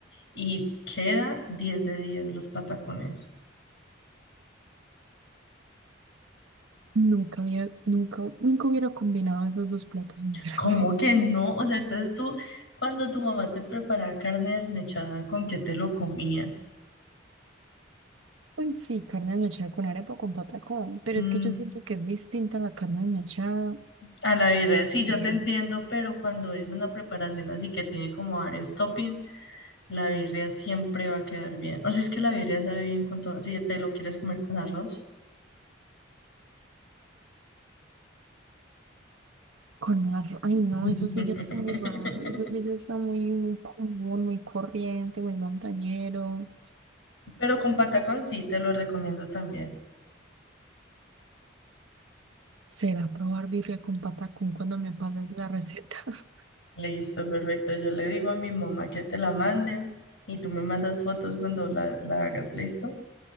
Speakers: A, on the left; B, on the right.
A: y queda 10 de 10 los patacones.
B: Nunca había, nunca, nunca hubiera combinado esos dos platos, sinceramente.
A: ¿Cómo que no?
B: <laughs>
A: O sea, entonces tú, cuando tu mamá te preparaba carne desmechada, ¿con qué te lo comías?
B: Pues sí, carne desmechada con arepa o con patacón. Pero
A: Mm.
B: es que yo siento que es distinta la carne desmechada
A: A la birria, sí, yo
B: eh,
A: te entiendo, pero cuando es una preparación así que tiene como varios toppings, la birria siempre va a quedar bien. O sea, es que la birria sabe bien con todo. Si te lo quieres comer con arroz.
B: con arroz. Ay, no,
A: <laughs>
B: eso sí ya está muy raro. Eso sí ya está muy, muy común, muy corriente, muy montañero.
A: Pero con patacón sí, te lo recomiendo también.
B: Será probar birria con patacón cuando me pases la receta <laughs>
A: Listo, perfecto. Yo le digo a mi mamá que te la mande y tú me mandas fotos cuando la, la hagas, ¿listo?